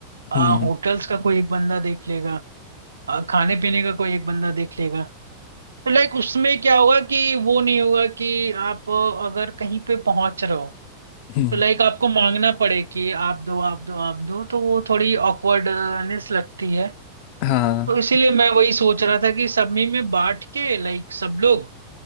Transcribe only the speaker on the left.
हम्म
हम्म,
हाँ